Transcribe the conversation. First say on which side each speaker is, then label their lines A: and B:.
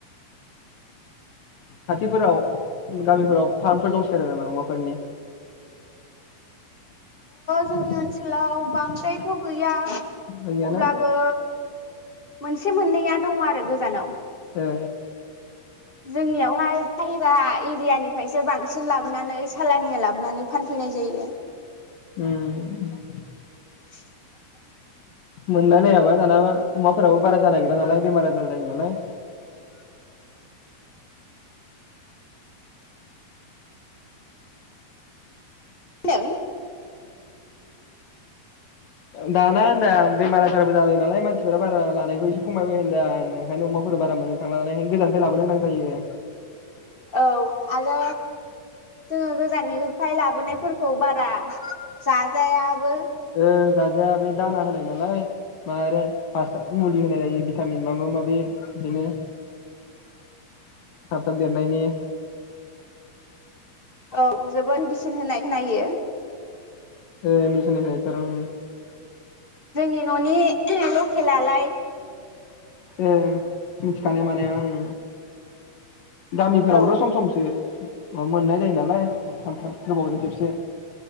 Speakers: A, on the left; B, on the left.
A: खाथिफोराव गामिफोराव फार्मफोर दंसै आरो नामा फोरनि?
B: जोंनि ओनसोलाव बांद्रायथ' गैया
A: गैयाना
B: अब्लाबो मोनसे मोननैया दङ आरो गोजानाव।
A: ए
B: जोंनियावहाय बाहेरा एरियानिफ्रायसो बांसिन लाबोनानै सालानिया लाबोनानै फानफैनाय जायो।
A: उम उम
B: <inaudible>
A: मोनलायनायाबा दानाबा अमाफोराबो बारा जानायगिरा नालाय बेमार आजार जायो नालाय
B: मा होनदों?
A: दाना होनदां आं बेमार आजारबो जालायो नालाय मानसिफोरा बारा लानायखौ एसे खमायबाय होनदों आं ओंखायनो अमाफोर बारा मोनो थांला नालाय ओंखायनो गोजाननिफ्राय लाबोनो गोनां जायो।
B: औ आरो जोङो गोजाननिफ्राय लाबोनायफोरखौ बारा जाजाया आबो
A: ओ जाजाया बे दाना होनाय नालाय म हासार मुलि होनाय जायो भिटामिन माबा माबि बिदिनो थाब थाब देरनायनि
B: औ जोबोर मेदि सिन होनाय खोनायो।
A: ओ मिदिसिन होनाय खोनायो थर'
B: जोंनि न'नि लकेेला लाय
A: ए मिथिखानाय माने ओं गामिफोरावबोथ'
B: औ
A: सम समसो मोननाय जायो नालाय सानफ्राम गोबावजों खेबसे